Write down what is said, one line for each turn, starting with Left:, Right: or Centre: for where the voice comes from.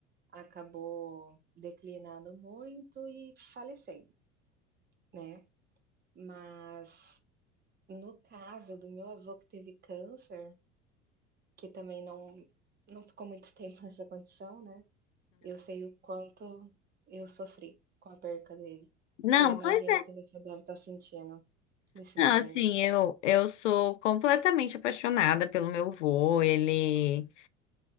Right: acabou declinando muito e falecendo, né. Mas no caso do meu avô que teve câncer, que também não não ficou muito <laughs> tempo nessa condição, né, eu sei o quanto eu sofri com a perca dele.
Left: Não,
Right: Eu imagino
Left: pois
Right: que você deve estar sentindo nesse
Left: Não,
Right: momento.
Left: assim, eu, eu sou completamente apaixonada pelo meu vô, ele